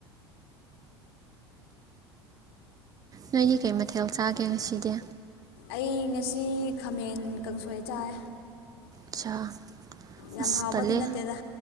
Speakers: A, on the right; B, on the left.
A: ꯅꯣꯏꯗꯤ ꯀꯩ ꯃꯊꯦꯜ ꯆꯥꯒꯦ ꯉꯁꯤꯗꯤ
B: ꯑꯩ ꯉꯁꯤ ꯈꯥꯃꯦꯟ ꯀꯥꯡꯁꯣꯏ ꯆꯥꯏ
A: ꯑꯆꯥ
B: ꯌꯥꯝ
A: ꯑꯁ
B: ꯍꯥꯎꯕꯗꯤ
A: ꯇꯜꯂꯦ
B: ꯅꯠꯇꯦꯗ